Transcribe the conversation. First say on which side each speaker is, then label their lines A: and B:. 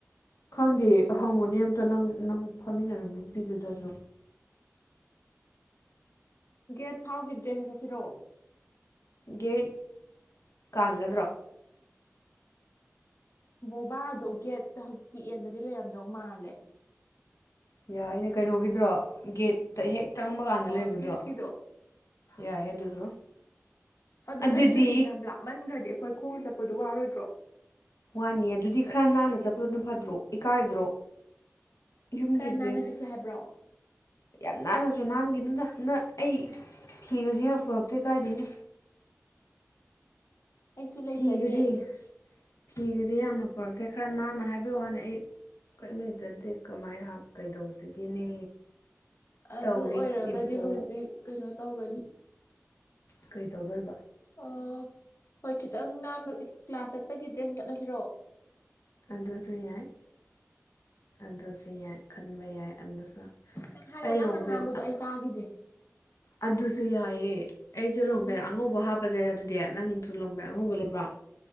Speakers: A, on the left (about 85°); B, on the left (about 60°).
A: ꯈꯪꯗꯦ ꯍꯪꯉꯨꯅꯦ ꯑꯝꯇ ꯅꯪ ꯅꯪ ꯐꯝꯃꯤꯟꯅꯔꯝꯕ ꯅꯨꯄꯤꯗꯨꯗꯁꯨ
B: ꯒꯦꯠ ꯐꯥꯎꯒꯤꯗ꯭ꯔꯦꯁꯗ ꯆꯠꯁꯤꯔꯣ
A: ꯒꯦꯠ ꯀꯥꯟꯒꯗ꯭ꯔꯣ
B: ꯕꯣꯕꯥꯗꯣ ꯒꯦꯠꯇ ꯍꯧꯖꯤꯛꯇꯤ ꯑꯦꯟꯗꯗꯤ ꯂꯩꯔꯝꯗꯧ ꯃꯥꯜꯂꯦ
A: ꯌꯥꯏꯅꯦ ꯀꯩꯅꯣꯒꯤꯗꯨꯔꯣ ꯒꯦꯠꯇ ꯍꯦꯛ ꯆꯪꯕ ꯀꯥꯟꯗ
B: ꯑꯥ
A: ꯂꯩꯕꯗꯣ
B: ꯒꯦꯠꯀꯤꯗꯣ
A: ꯌꯥꯏꯌꯦ ꯑꯗꯨꯁꯨ
B: ꯑꯗꯨ
A: ꯑꯗꯨꯗꯤ
B: ꯅꯠꯇ꯭ꯔꯗꯤ ꯌꯥꯝ ꯂꯥꯞꯃꯟꯒ꯭ꯔꯗꯤ ꯑꯩꯈꯣꯏ ꯈꯣꯡꯅ ꯆꯠꯄꯗꯣ ꯋꯥꯔꯣꯏꯗ꯭ꯔꯣ
A: ꯋꯥꯅꯤꯌꯦ ꯑꯗꯨꯗꯤ ꯈꯔ ꯅꯥꯟꯅ ꯆꯠꯄꯗꯨ ꯐꯠꯇ꯭ꯔꯣ ꯏꯀꯥꯏꯗ꯭ꯔꯣ ꯌꯨꯝꯒꯤꯗ꯭ꯔꯦꯁ
B: ꯈꯔ ꯅꯥꯟꯅ ꯆꯠꯁꯦ ꯍꯥꯏꯕ꯭ꯔꯣ
A: ꯌꯥꯝ ꯅꯥꯟꯅꯁꯨ ꯅꯥꯟꯒꯤꯅꯨꯗ ꯅꯪ ꯑꯩ ꯐꯤꯒꯁꯨ ꯌꯥꯝ ꯄꯨꯔꯛꯇꯦ ꯀꯗꯥꯥꯏꯗꯩꯅꯣ
B: ꯑꯩꯁꯨ ꯂꯩꯖꯗꯦ
A: ꯐꯤꯒꯖꯦ ꯐꯤꯒꯖꯦ ꯌꯥꯝꯅ ꯄꯨꯔꯛꯇ꯭ꯔꯦ ꯈꯔ ꯅꯥꯟꯅ ꯍꯥꯏꯕꯩ ꯋꯥꯅꯦ ꯑꯩ ꯀ꯭ꯌꯦꯝꯂꯩꯇꯔꯥꯗꯤ ꯀꯃꯥꯏ ꯍꯥꯞ ꯀꯩꯗꯧꯁꯤꯒꯦꯅꯦ
B: ꯑꯗꯨ
A: ꯇꯧꯔꯤꯁꯤꯕꯣ
B: ꯑꯣꯏꯔꯒꯗꯤ ꯍꯧꯖꯤꯛ ꯀꯩꯅꯣ ꯇꯧꯒꯅꯤ
A: ꯀꯩ ꯇꯧꯗꯣꯏꯕ
B: ꯑꯣ ꯍꯣꯏ ꯈꯤꯇꯪ ꯅꯥꯟꯕ ꯏꯁ ꯀ꯭ꯂꯥꯁ ꯆꯠꯄꯒꯤ ꯗ꯭ꯔꯦꯁꯇ ꯆꯠꯂꯁꯤꯔꯣ
A: ꯑꯗꯨꯁꯨ ꯌꯥꯏ ꯑꯗꯨꯁꯨ ꯌꯥꯏ ꯈꯟꯕ ꯌꯥꯏ ꯑꯗꯨꯁꯨ
B: ꯅꯪ ꯍꯥꯏꯔꯛꯑꯣ
A: ꯑꯩ ꯂꯣꯡꯄꯦꯟ
B: ꯅꯪꯅ ꯉꯥꯡꯕꯗꯣ
A: ꯑ
B: ꯑꯩ ꯇꯥꯈꯤꯗ꯭ꯔꯦ
A: ꯑꯗꯨꯁꯨ ꯌꯥꯌꯦ ꯑꯩꯖꯨ ꯂꯣꯡꯄꯦꯟ
B: ꯎꯝ
A: ꯑꯉꯧꯕ ꯍꯥꯞꯄꯁꯦ ꯑꯗꯨꯗꯤ ꯅꯪꯁꯨ ꯂꯣꯡꯄꯦꯟ ꯑꯉꯧꯕ ꯂꯩꯕ꯭ꯔꯣ